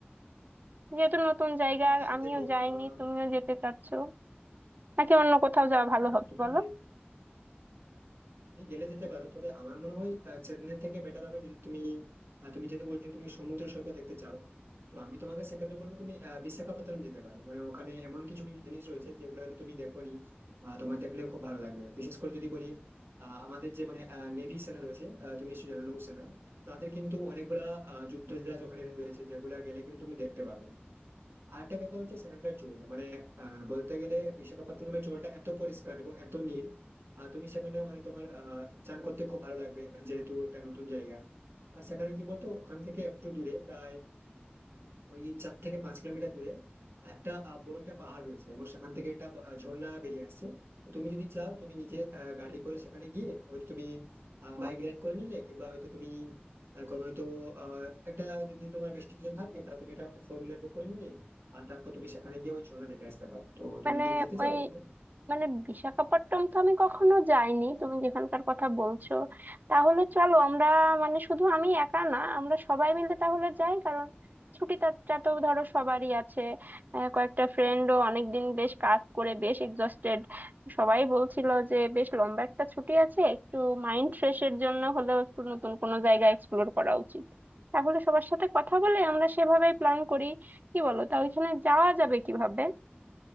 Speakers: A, on the right; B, on the right.
A: যেহেতু নতুন জায়গা
B: হ্যাঁ
A: আমিও
B: দেখো
A: যাইনি
B: আহ
A: তুমিও যেতে চাচ্ছো নাকি অন্য কোথাও যাওয়া ভালো
B: হ্যাঁ,
A: হবে
B: তুমি
A: বলো
B: গে- তুমি জেলে যেতে পারো তবে আমার মনে হয় আহ, চেন্নাই থেকে বেটার হবে যদি তুমি আহ, তুমি যেতে বলছো তুমি সমুদ্র সৈকত দেখতে চাও তো আমি তোমাকে সেক্ষেত্রে বলবো তুমি আহ, বিশাখাপত্তনম যেতে পারো মানে ওখানে এমন কিছু জিনিস রয়েছে যেগুলো হয়তো তুমি দেখোনি বা তোমার দেখলেও খুব ভালো লাগবে বিশেষ করে যদি বলি আহ, আমাদের যে মানে নেভি সেনা রয়েছে আহ, তুমি নিশ্চয়ই জানো নৌসেনা তাদের কিন্তু অনেকগুলা আহ, যুদ্ধ জাহাজ ওখানে রয়েছে যেগুলা গেলে কিন্তু তুমি দেখতে পাবে আরেকটা ব্যাপার হচ্ছে সেখানকার জল মানে আহ, বলতে গেলে বিশাখাপত্তনমের জলটা এত পরিষ্কার এবং এত নীল আর তুমি সেখানে মানে তোমার আহ চান করতে খুব ভালো লাগবে যেহেতু এটা নতুন জায়গা আর সেখানে কি বলতো ওখান থেকে একটু দূরে প্রায় ওই চার থেকে পাঁচ কিলোমিটার দূরে একটা আহ, বড় একটা পাহাড় রয়েছে এবং সেখান থেকে একটা আহ, ঝর্ণা বেরিয়ে আসছে তো তুমি যদি চাও তুমি নিজে আহ, গাড়ি করে সেখানে গিয়ে হয়তো তুমি
A: উম,
B: বাইক রেন্ট করে নিলে কিংবা হয়তো তুমি আহ, কোনো হয়তো আহ, একটা যদি তোমার বেশি জন থাকে তাহলে তুমি একটা ফোর হুইলার বুক করে নিলে আর তারপর তুমি সেখানে গিয়ে ওই ঝর্ণা দেখে আসতে পারো তো তুমি
A: মানে
B: কি যেতে
A: ওই
B: চাও ওখানে
A: মানে বিশাখাপট্টনম তো আমি কখনো যাইনি তুমি যেখানকার কথা বলছো তাহলে চলো আমরা মানে শুধু আমি একা না আমরা সবাই মিলে তাহলে যাই কারণ ছুটিটা তো ধরো সবারই আছে আহ, কয়েকটা ফ্রেন্ডও অনেকদিন বেশ কাজ করে বেশ এক্সস্টেড সবাই বলছিল যে বেশ লম্বা একটা ছুটি আছে একটু মাইন্ড ফ্রেশের জন্য হলেও একটু নতুন কোনো জায়গা এক্সপ্লোর করা উচিত তাহলে সবার সাথে কথা বলে আমরা সেভাবেই প্ল্যান করি কি বলো তা ওইখানে যাওয়া যাবে কিভাবে